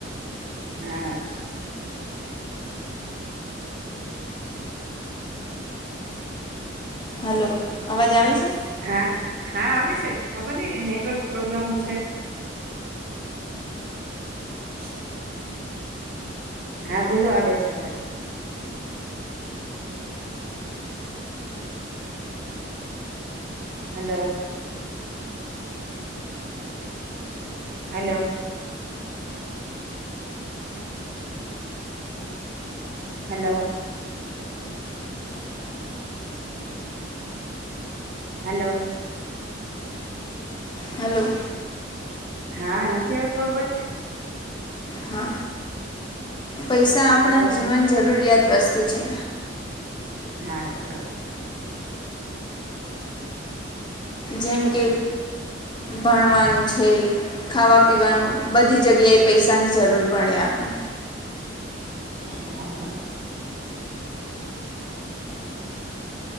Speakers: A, on the right (about 50°); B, on the left (about 25°).
A: હા.
B: હલો. અવાજ આવે છે?
A: હા હા આવે છે. ખબર નઈ નેટવર્ક પ્રોબ્લેમ છે. <inaudible> હા બોલો આવે છે અવાજ. Hello. Hello. Hello. Hello.
B: Hello.
A: હા નથી આવતો અવાજ?
B: હા પૈસા આપણા
A: હલો
B: જીવન જરૂરિયાત વસ્તુ છે.
A: હા બરોબર.
B: જેમ કે ભણવાનું છે. ખાવા પીવાનું બધી જગ્યાએ પૈસાની જરૂર પડે આપને.
A: હા.